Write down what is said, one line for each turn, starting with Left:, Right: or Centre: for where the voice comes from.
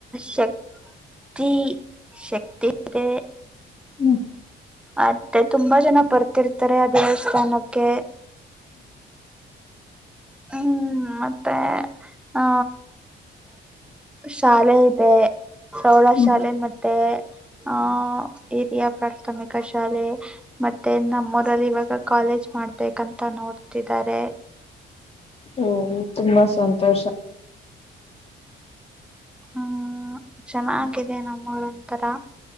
Centre: ಶಕ್ತಿ. ಶಕ್ತಿಗೆ.
Left: ಹ್ಮ್
Centre: ಮತ್ತೆ ತುಂಬಾ ಜನ ಬರ್ತಿರ್ತಾರೆ ಆ ದೇವಸ್ಥಾನಕ್ಕೆ. ಹ್ಮ್ ಮತ್ತೆ ಆ. ಶಾಲೆ ಇದೆ. ಪ್ರೌಢ
Left: ಹ್ಮ್
Centre: ಶಾಲೆ ಮತ್ತೆ ಆಹ್ ಹಿರಿಯ ಪ್ರಾಥಮಿಕ ಶಾಲೆ. ಮತ್ತೆ ನಮ್ಮೂರಲ್ಲಿ ಇವಾಗ ಕಾಲೇಜ್ ಮಾಡ್ಬೇಕಂತ ನೋಡ್ತಿದ್ದಾರೆ.
Left: ಓಹ್ ತುಂಬಾ ಸಂತೋಷ.
Centre: ಹ್ಮ್ ಚೆನ್ನಾಗಿದೆ ನಮ್ಮೂರು ಒಂತರಾ.